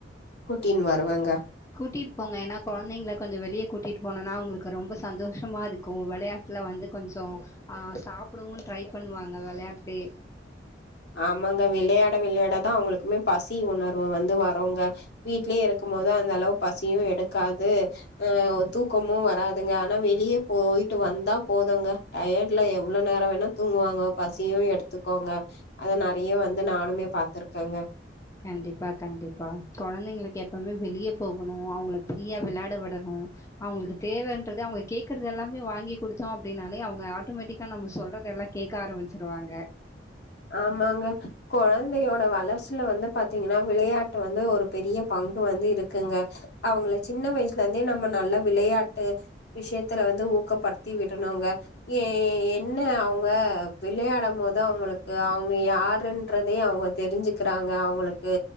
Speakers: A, on the left; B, on the left.
A: கூட்டின்னு வருவாங்க
B: கூட்டிட்டு போங்க ஏனா கொழந்தைங்களை கொஞ்ச வெளிய கூட்டிகிட்டு போனோம்னா உங்களுக்கு ரொம்ப சந்தோஷமா இருக்கும் வெளையாட்டுல வந்து கொஞ்சம் சாப்பிடவும் ட்ரை பண்ணுவாங்க வெளையாட்டு
A: ஆமாங்க வெளையாட வெளையாட தான் அவங்களுக்குமே பசி உணர்வு வந்து வரும்ங்க வீட்லயே இருக்கும் போது அந்த அளவு பசியும் எடுக்காது அஹ் தூக்கமும் வராதுங்க ஆனா வெளியே போயிட்டு வந்தா போதுங்க டயர்ட்ல எவ்வளவு நேரம் வேணா தூங்குவாங்க பசியும் எடுத்துக்கோங்க அத நெறைய வந்து நானுமே பா்த்திருக்கேங்க
B: கண்டிப்பா கண்டிப்பா கொழந்தைங்களுக்கு எப்பவுமே வெளியே போகணும் அவங்கள பிரீயா வெளையாட விடணும் அவங்களுக்கு தேவைன்றது அவங்க கேடக்குறது எல்லாமே வாங்கி கொடுத்தோம் அப்டினாலே அவங்க ஆட்டோமேட்டிக்கா நம்ம சொல்றது எல்லாம் கேட்க ஆரம்பிச்சிருவாங்க
A: ஆமாங்க கொழந்தையோட வளர்ச்சியில வந்து பாத்தீங்கன்னா வெளையாட்டு வந்து ஒரு பெரிய பங்கு வந்து இருக்குங்க அவங்கள சின்ன வயசுல இருந்தே நம்ம நல்லா வெளையாட்டு விஷயத்துல வந்து ஊக்கப்படுத்தி விடனும்ங்க ஏ என்ன அவங்க விளையாடும் போது அவங்களுக்கு அவங்க யாருன்றதே அவங்க தெரிஞ்சுிக்கிறாங்க அவங்களுக்கு